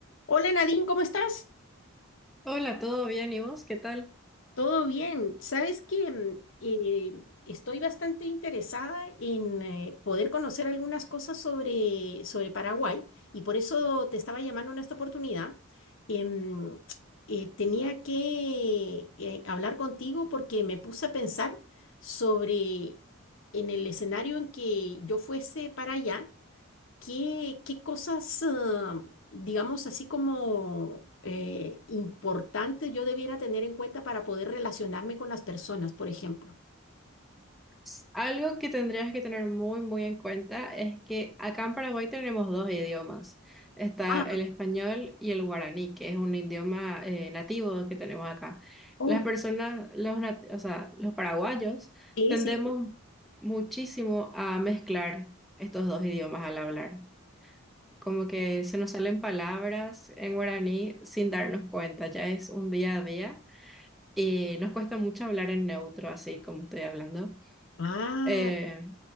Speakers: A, on the left; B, in the centre.
A: Hola Nadine, ¿cómo estás?
B: Hola, ¿todo bien? ¿Y vos? ¿Qué tal?
A: Todo bien. Sabes que mm, eh, estoy bastante interesada en eh, poder conocer algunas cosas sobre, sobre Paraguay y por eso te estaba llamando en esta oportunidad. Em, eh, tenía que eh, hablar contigo porque me puse a pensar sobre en el escenario en que yo fuese para allá. ¿Qué, qué cosas, ah, digamos, así como eh, importantes yo debiera tener en cuenta para poder relacionarme con las personas, por ejemplo?
B: S- Algo que tendrías que tener muy, muy en cuenta es que acá en Paraguay tenemos dos idiomas. Está
A: Ah,
B: el español y el guaraní, que es un idioma eh, nativo que tenemos acá.
A: oh,
B: Las personas, los, nat- o sea, los paraguayos
A: Sí,
B: tendemos
A: sí.
B: muchísimo a mezclar estos dos idiomas al hablar. Como que se nos salen palabras en guaraní sin darnos cuenta, ya es un día a día y nos cuesta mucho hablar en neutro, así como estoy hablando.
A: Ah,
B: Eh,